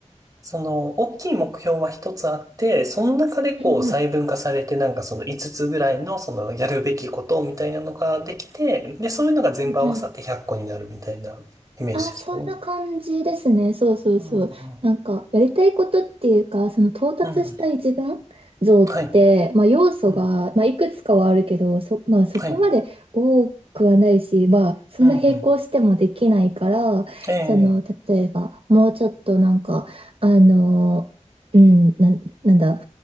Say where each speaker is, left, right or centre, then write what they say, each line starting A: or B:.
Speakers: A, on the right (about 30°); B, on the right (about 50°).
A: その、大きい目標は一つあって、その中でこう細分化されて、
B: ううん
A: なんかその5つつぐらいの、そのやるべきことみたいなのができて、で、そういうのが全部合わさって100個になるみたいなイメージですかね。
B: うんうんあ、そんな感じですね。そうそうそう。
A: うん、うん、
B: なんか、やりたいことっていうか、その到達したい自分像って、
A: うん。はい、
B: まあ要素が、
A: うん、
B: まあいくつかはあるけど、そ、まあそこまで多くはないし、
A: はい、
B: まあそんな並行してもできないから、
A: うん、うん。ええ、
B: その、例えば、もうちょっとなんか、あの、うん、なん、なんだ、